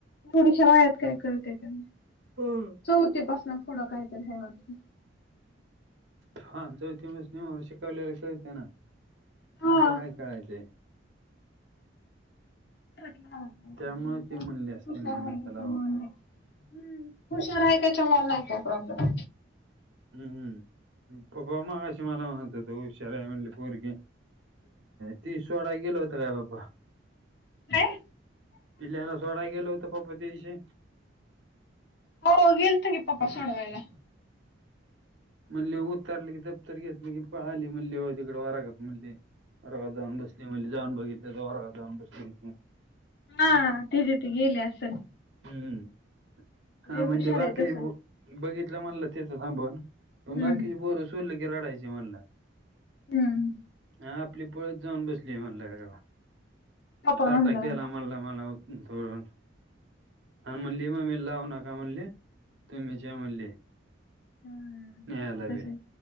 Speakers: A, on the left; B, on the right.
A: थोडीश वायात काय करतेय त्यांना
B: हम्म
A: चौथीपासून पुढं काहीतरी हे वाटत
B: हा चौथी मस नम ववर शिकवलेलं कळते ना
A: हा.
B: आता काय करायचंय
A: काही
B: त्यामुळे ते म्हणले असते
A: हुशार
B: नाही
A: व्हाय
B: नका
A: त्याच
B: लावू
A: मन आहे हम् हुशार आहे त्याच्यामुळे नाही काय प्रॉब्लेम
B: हम्म पप माकाशी मला मातात हशार म्हली पोरिक ती शोराा गेला होता काय बापा
A: काय
B: पिलाला सवळाा गेलो होत पपतीचे
A: हो गेल तंगी पप सोडवायला
B: म्हणज हो तरली की दप्तर घेतली की पळाली मल्ली <unintelligible> तिकडं वर्गात मल्ली वर्गात जाऊन बसली <unintelligible> जाऊन बघितलं तवा वर्गात जाऊन बसली
A: हा तीज ती गेल्या असल
B: हम्म हा
A: लय
B: म्हणले
A: हुशार
B: बाकी
A: आय तसं
B: बघितलं म्हणलं तेथं ांबून
A: हम्म
B: बाकीची बोरं सडलं की रडायची म्हणलं
A: हम्
B: हा आपली पळत जाऊन बसली म्हणला तव्हा.
A: पप्पा
B: ताटा
A: म्हणलाय
B: केला म्हणला. <unintelligible> हा म्हणली, मम्मीला लावु नका म्हणली. तुम्हीच या म्हणली
A: हम्म.
B: न्यायला बी.
A: तसे